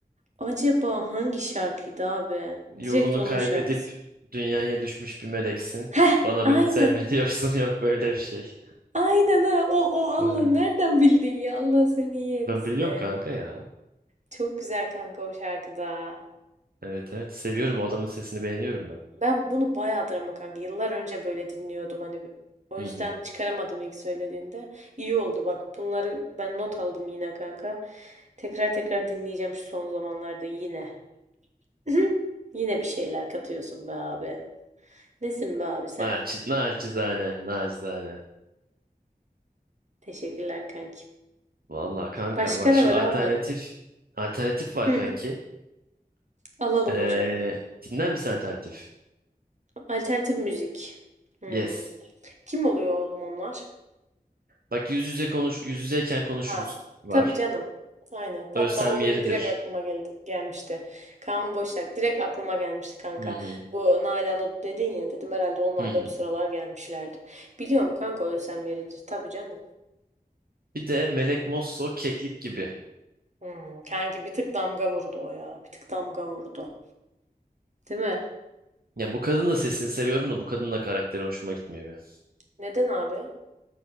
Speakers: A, on the right; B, on the right.
A: Acaba hangi şarkıydı abi?
B: Yolunu
A: Direkt onun
B: kaybedip
A: şarkısı.
B: dünyaya düşmüş bir meleksin.
A: Heh,
B: Bana
A: aynen.
B: beni sevme diyorsun <laughs> yok böyle bir şey.
A: Aynen ha. O, o Allah
B: Ee,
A: nereden bildin ya? Allah seni iyi etsin.
B: ben biliyorum kanka ya.
A: Çok güzel kanka o şarkıda.
B: Evet evet seviyorum o adamın sesini beğeniyorum ben.
A: Ben bunu bayağıdır ama kanka. Yıllar önce böyle dinliyordum hani. O
B: Hı
A: yüzden
B: hı.
A: çıkaramadım ilk söylediğinde. İyi oldu bak. Bunları ben not aldım yine kanka. Tekrar tekrar dinleyeceğim şu son zamanlarda yine. <laughs> Yine bir şeyler katıyorsun be abi. Nesin be abi sen?
B: Naçiz, naçizane, naçizane.
A: Teşekkürler kanki.
B: Valla kanka
A: Başka
B: bak
A: ne
B: şimdi
A: var
B: alternatif
A: abi?
B: alternatif var
A: Hı,
B: kanki.
A: alalım
B: Ee,
A: hocam.
B: dinler misin alternatif?
A: Alternatif müzik. Hmm.
B: Yes.
A: Kim oluyor oğlum onlar?
B: Bak yüz yüze konuş yüz yüzeyken konuşuruz
A: Ha,
B: var.
A: tabii canım. Aynen. Hatta
B: Ölsem
A: o
B: yeridir.
A: benim direkt aklıma geldi, gelmişti. Kaan Boşak direkt aklıma gelmişti kanka.
B: Hı hı.
A: Bu Nalan'ı dedin ya dedim herhalde onlar
B: Hı hı.
A: da bu sıralar gelmişlerdi. Biliyorum kanka ölsem yeridir. Tabii canım.
B: Bir de Melek Mosso keklik gibi.
A: Hmm, kanki bir tık damga vurdu o ya. Bir tık damga vurdu. Değil mi?
B: Ya bu kadın da sesini seviyorum da bu kadın da karakteri hoşuma gitmiyor benim.
A: Neden abi?